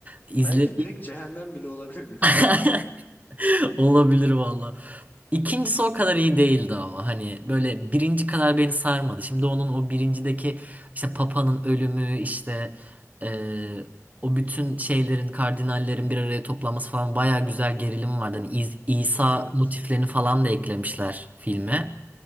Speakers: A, on the right; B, on the left.
A: İzle
B: Belki direkt Cehennem bile olabilir <laughs> biliyor
A: <laughs>
B: musun ismi?
A: olabilir valla. İkincisi o kadar iyi değildi ama hani böyle birinci kadar beni sarmadı. Şimdi onun o birincideki işte Papa'nın ölümü işte eee, o bütün şeylerin kardinallerin bir araya toplanması falan bayağı güzel gerilim vardı. Hani İz- İsa
B: Evet.
A: motiflerini falan da eklemişler filme.